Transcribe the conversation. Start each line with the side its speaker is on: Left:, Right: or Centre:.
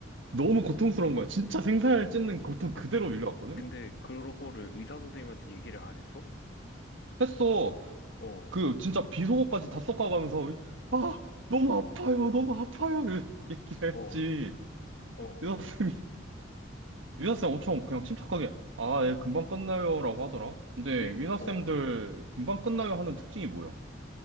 Right: 너무 고통스러운 거야. 진짜 생살 찢는 고통 그대로 밀려왔거든?
Left: 근데 그거를 런 의사 선생님한테 얘기를 안 했어?
Right: 했어.
Left: 어,
Right: 그 진짜 비속어까지 다 섞어가면서 아 너무 아파요 너무 아파요 이렇게 얘기를
Left: 어,
Right: 했지.
Left: 어.
Right: 의사 선생님이 위사쌤 엄청 그냥 침착하게, 아, 예, 금방 끝나요. 라고 하더라. 근데
Left: 근데
Right: 위사쌤들
Left: 어,
Right: 금방 끝나요 하는 특징이 뭐야?